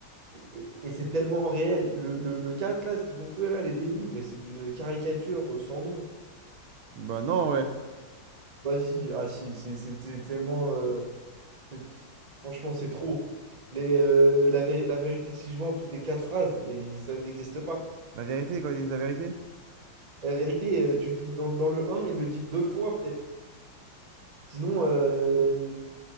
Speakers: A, on the right; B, on the right.
A: Et, et- et c'est tellement réel. Le, le, le 4 là, ce qu'ils ont fait, là, les débuts, mais c'est une caricature euh, sans nom.
B: Bah non, ouais.
A: Bah si, ah si, c'est- c'était tellement... euh, c'est- franchement, c'est trop. Les, euh, la, véri- la vérité, si je mens, toutes les quatre phrases, et il- ça n'existe pas.
B: La vérité, quand ils disent la vérité?
A: La vérité, euh, tu le dis dans, dans le un ils le disent deux fois, peut-être. Sinon, euh,